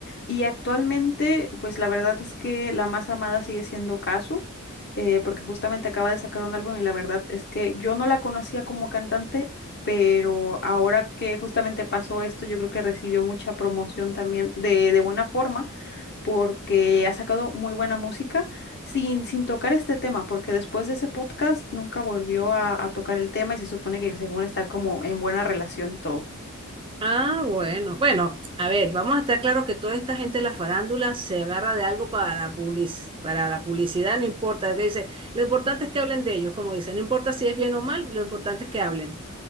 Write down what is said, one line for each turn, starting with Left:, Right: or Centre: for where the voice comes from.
Left: Y actualmente, pues la verdad es que la más amada sigue siendo Kazu, eh, porque justamente acaba de sacar un álbum y la verdad es que yo no la conocía como cantante, pero ahora que justamente pasó esto, yo creo que recibió mucha promoción también de, de buena forma porque ha sacado muy buena música sin, sin tocar este tema, porque después de ese podcast nunca volvió a, a tocar el tema y se supone que según está como en buena relación y todo.
Right: Ah, bueno, bueno, a ver, vamos a estar claro que toda esta gente de la farándula se agarra de algo para, public- para la publicidad, no importa, que dice, lo importante es que hablen de ellos, como dicen, no importa si es bien o mal, lo importante es que hablen.